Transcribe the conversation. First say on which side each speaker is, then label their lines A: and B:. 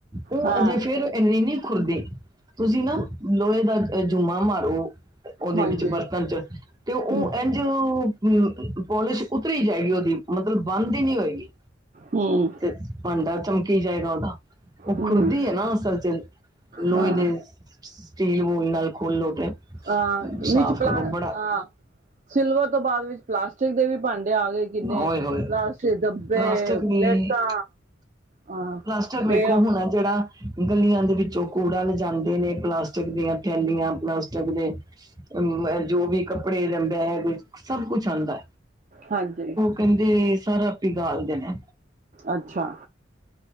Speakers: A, on the right; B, on the right.
A: ਓ
B: ਹਾਂ
A: ਅਜੇ ਫਿਰ ਇੰਨੀ ਨਈ ਖੁਰਦੀ। ਤੁਸੀਂ ਨਾ ਲੋਹੇ ਦਾ ਜੂਮਾ ਮਾਰੋ। ਉਦੇ
B: ਹਾਂਜੀ
A: ਵਿੱਚ ਬਰਤਨ 'ਚ ਤੇ
B: ਹਮ
A: ਓ ਏਂਜ ਤੇ ਪੋਲਿਸ਼ ਉਤਰੀ ਜਾਏਗੀ ਉਦੀ ਮਤਲਬ ਬੰਦ ਹੀ ਨਈ ਹੋਏਗੀ।
B: ਹਮ
A: ਤੇ ਭਾਂਡਾ ਚਮਕੀ ਜਾਏਗਾ ਉਦਾ ਓ
B: ਹਮ
A: ਖੁਰਦੀ ਐ ਨਾ ਅਸਲ 'ਚ ਲੋਹੇ
B: ਹਾਂ
A: ਦੇ ਸਟੀਲ ਵੂਲ ਨਾਲ ਖੋਲੋ ਤੇ
B: ਅ
A: ਸਾਫ਼
B: ਵਿੱਚ ਪਲਾਹ
A: ਕਰੋ
B: ਅ
A: ਬੜਾ
B: ਸਿਲਵਰ ਤੋਂ ਬਾਦ ਵਿੱਚ ਪਲਾਸਟਿਕ ਦੇ ਵੀ ਭਾਂਡੇ ਆ ਗਏ। ਕਿੰਨੇ
A: ਓਏ ਹੋਏ
B: ਪਲਾਸਟਿਕ ਡੱਬੇ,
A: ਲਾਸਟਿਕ ਵੀ
B: ਪਲੇਟਾਂ ਅ
A: ਪਲਾਸਟਿਕ ਵੇਖੋ
B: ਤੇ
A: ਹੁਣ ਜੇੜਾ ਗਲੀਆਂ ਦੇ ਵਿੱਚੋਂ ਕੂੜਾ ਲਿਜਾਦੇ ਨੇ ਪਲਾਸਟਿਕ ਦੀਆਂ ਥੈਲੀਆਂ ਪਲਾਸਟਿਕ ਦੇ ਅ ਜੋ ਵੀ ਕੱਪੜੇ ਜਾਂ ਬੈਗ ਸਭ ਕੁਛ ਆਂਦਾ।
B: ਹਾਂਜੀ
A: ਕੈਂਦੇ ਸਾਰਾ ਆਪ ਹੀ ਪੀਗਾਲਦੇ ਨੇ।
B: ਅੱਛਾ